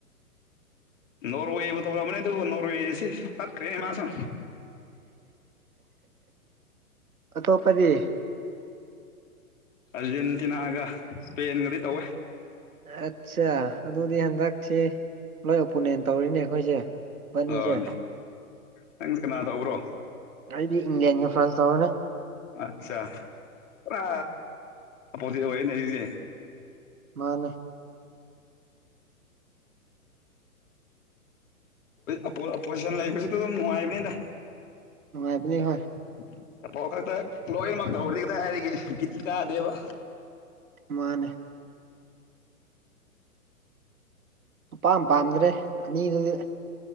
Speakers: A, on the left; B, on the right.
A: ꯅꯣꯔꯋꯦꯕꯨ ꯇꯧ꯭ꯔꯕꯅꯦ ꯑꯗꯨꯕꯨ ꯅꯣꯔꯋꯦꯁꯤ ꯄꯠꯈ꯭ꯔꯦꯅꯦ ꯃꯥꯁꯨ꯫
B: ꯑ ꯇꯣꯄꯗꯤ꯫
A: ꯑꯔꯖꯦꯟꯇꯤꯅꯥꯒ ꯏꯁꯄꯦꯟꯒꯗꯤ ꯇꯧꯋꯦ꯫
B: ꯑꯠꯆꯥ ꯑꯗꯨꯗꯤ ꯍꯟꯗꯛꯁꯤ ꯂꯣꯏ ꯑꯣꯄꯣꯅꯦꯟ ꯇꯧꯔꯤꯅꯦ ꯑꯩꯈꯣꯏꯁꯦ꯫ ꯏꯕꯥꯅꯤꯁꯦ
A: ꯑꯣ ꯅꯪꯁꯦ ꯀꯅꯥ ꯇꯧꯕ꯭ꯔꯣ꯫
B: ꯑꯩꯗꯤ ꯏꯪꯂꯦꯟ ꯐ꯭ꯔꯥꯟꯁ ꯇꯧꯎꯅꯦ꯫
A: ꯑꯠꯆꯥ ꯄꯨꯔꯥ ꯑꯄꯣꯖꯤꯠ ꯑꯣꯏꯔꯦꯅꯦ ꯑꯗꯨꯗꯤ꯫
B: ꯃꯥꯅꯦ꯫
A: ꯑꯣꯄꯣꯖꯤꯁꯟ ꯂꯩꯕꯁꯤꯗ ꯑꯗꯨꯝ ꯅꯨꯡꯉꯥꯏꯕꯅꯤꯗ꯫
B: ꯅꯨꯉꯥꯏꯕꯅꯤ ꯍꯣꯏ꯫
A: <unintelligible> ꯂꯣꯏꯅꯃꯛ ꯇꯧꯕꯗꯤ ꯀꯗꯥꯏꯗꯒꯤ ꯕꯤꯠ ꯀꯥꯗꯦꯕ
B: ꯃꯥꯅꯦ ꯑꯄꯥꯝ ꯄꯥꯝꯗ꯭ꯔꯦ ꯑꯅꯤꯗꯨꯗꯤ